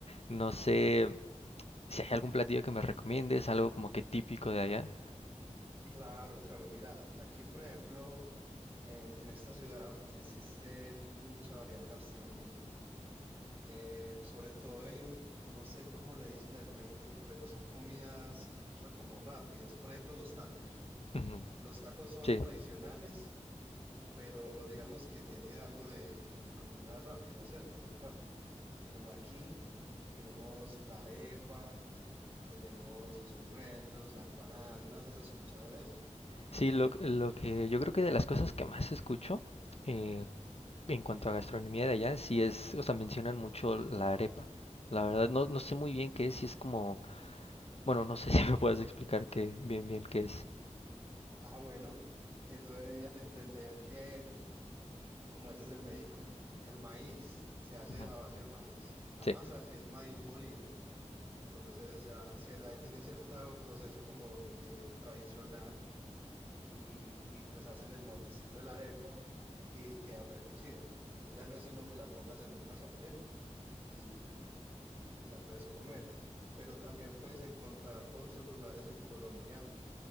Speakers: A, on the left (about 55°); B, on the right (about 15°).
A: No sé si hay algún platillo que me recomiendes, algo como que típico de allá.
B: Claro, claro. Mira, de aquí, por ejemplo. En, en esta ciudad existen mucha variedad de gastronomía, eh, sobre todo en, no sé cómo le dicen en México, pero son comidas ra- como rápidas. Por ejemplo, los tacos.
A: Ujú,
B: Los tacos son
A: Sí,
B: tradicionales, pero digamos que tiene algo de, de comida rápida, ¿cierto? Es rápido. Bueno, aquí tenemos la arepa, tenemos los buñuelos, la empanada. ¿Alguna vez has escuchado de eso?
A: sí, lo, lo que yo creo que de las cosas que más escucho eh, en cuanto a gastronomía de allá, sí es, o sea, mencionan mucho la arepa. La verdad, no, no sé muy bien qué es, si es como, bueno, no sé <laughs> si me puedes explicar qué, bien, bien qué es.
B: Ah, bueno, eh, tú deberías de entender que como eres de México, el maíz se hace
A: Ujú,
B: a base de maíz. La
A: Sí,
B: masa es maíz molido. Entonces ya cier- ahí tiene cierto proceso como de tradicional y, y pues hacen el moldecito de la arepa y queda precocida. Entonces ya no es sino que la pongas en una sartén y, y te la puedes comer. Pero también puedes encontrar otros lugares en Colombia